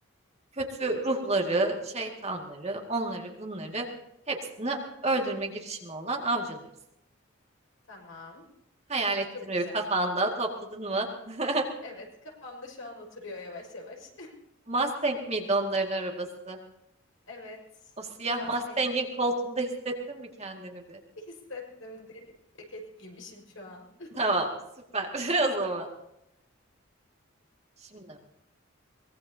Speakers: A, on the right; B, on the left.
A: kötü ruhları, şeytanları, onları bunları hepsini öldürme girişimi olan avcılarız.
B: Tamam.
A: Hayal ettin
B: Çok
A: mi
B: güzel.
A: bir kafanda, topladın mı? <laughs>
B: Evet, kafamda şu an oturuyor yavaş yavaş. <laughs>
A: Mustang miydi onların arabası?
B: Evet.
A: O siyah
B: Mustang
A: Mustang'in koltuğunda hissettin mi kendini bir?
B: hissettim. Deri ceket giymişim şu an.
A: Tamam, süper <laughs> o zaman. Şimdi